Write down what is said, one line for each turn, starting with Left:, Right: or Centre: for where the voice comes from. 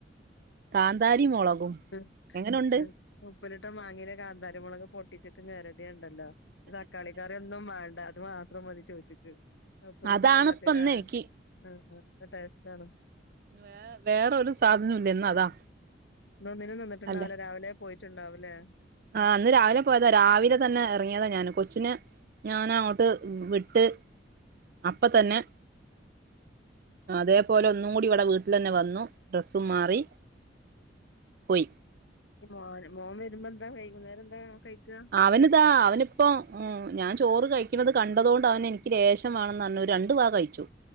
Right: കാന്താരി മുളകും
Left: ഉം
Right: എങ്ങനുണ്ട്
Left: ഉം ഉപ്പിലിട്ട് മാങ്ങ കാന്താരി മുളക് പൊട്ടിച്ചിട്ട് നെഞ്ഞരടിയ ഉണ്ടല്ലോ തക്കാളിക്കറി ഒന്നും വണ്ട അത് മാത്രം മതി ചോറ്റിക്ക് ഉപ്പിൽ
Right: അതാണ്
Left: ഇട്ട വെള്ളത്തിൽ
Right: ഇപ്പ ഇന്ന്
Left: ആഹ്
Right: എനിക്ക്
Left: ആഹ് ടേസ്റ്റ് ആണ്
Right: വേ വേറൊരു സാധന ഇല്ല എന്നാ അതാ
Left: ഒന്നിനും നിന്നിട്ടുണ്ടാവില്ലെ
Right: അല്ല
Left: രാവിലെ പോയിട്ടുണ്ടാവില്ലേ
Right: ആഹ് അന്ന് രാവിലെ പോയതാ രാവിലെ തന്നെ ഇറങ്ങിയതാ ഞാന് കൊച്ചിന് ഞാൻ അങ്ങോട്ട് വിട്ട് അപ്പ തന്നെ അതേപോലെ ഒന്നും കൂടി ഇവിടെ വീട്ടിൽ തന്നെ വന്നു ഡ്രസ്സും മാറി പോയി
Left: ഇ മോ മോൻ വരുമ്പോ എന്താ കഴിക്കും നേരെം എന്താ കഴിക്കുക
Right: അവനതാ അവനിപ്പോ ഉം ഞാൻ ചോറ് കഴിക്കണുന്നത് കണ്ടതുകൊണ്ട് അവന എനിക്ക് രേഷ മാണെന്ന് അന്ന് ഒരു രണ്ടു വാ കഴിച്ചു